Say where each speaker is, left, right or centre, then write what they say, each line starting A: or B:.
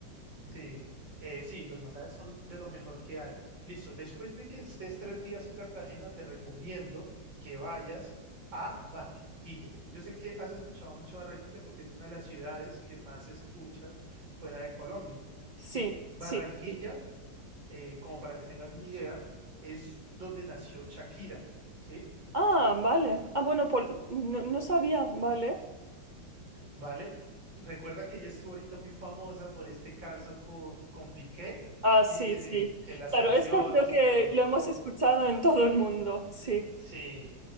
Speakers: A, on the right (about 85°); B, on the right (about 35°).
A: Sí, eh, sí, los masajes son de lo mejor que hay. Listo, después de que estés tres días en Cartagena, te recomiendo que vayas a Barranquilla. Yo sé que has escuchado mucho Barranquilla porque es una de las ciudades que más se escuchan fuera de Colombia.
B: Sí,
A: Sí, Barranquilla,
B: sí, sí.
A: eh, como para que tengas una idea, es donde nació Shakira, ¿sí?
B: Ah, vale. Ah, bueno, pol- no, no sabía, vale.
A: ¿Vale? Recuerda que ella estuvo ahorita muy famosa por este caso con, con Piqué,
B: Ah,
A: ¿sí?
B: sí,
A: Que,
B: sí.
A: que las
B: Claro,
A: canciones
B: esto creo que
A: que le dedicó
B: lo hemos escuchado en todo el mundo, sí.
A: Sí,